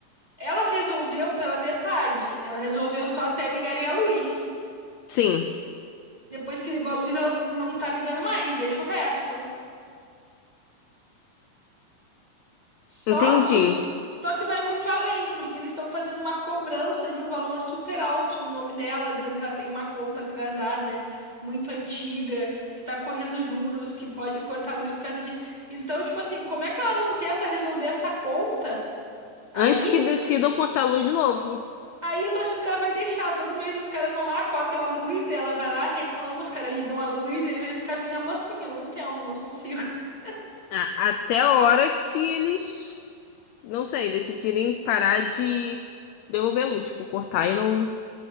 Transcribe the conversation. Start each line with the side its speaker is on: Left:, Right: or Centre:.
Right: Ela resolveu pela metade. Ela resolveu só até ligarem a luz.
Left: Sim,
Right: Depois que ligou a luz, ela não tá ligando mais, deixa o resto. Só
Left: entendi.
Right: que só que vai muito além, porque eles estão fazendo uma cobrança de um valor super alto no nome dela, dizendo que ela tem uma conta atrasada, muito antiga, que tá correndo juros, que pode cortar a luz por causa de. Então, tipo assim, como é que ela não tenta resolver essa conta? Aí,
Left: Antes que decidam cortar a luz de novo.
Right: aí eu tô achando que ela vai deixar. Todo mês os caras vão lá, cortam a luz, e ela vai lá, reclama, os caras ligam a luz, e aí vai ficar vivendo assim. Eu não entendo, não consigo. <laughs>
Left: A- até a hora que eles, não sei, decidirem parar de devolver a luz, tipo, cortar e não.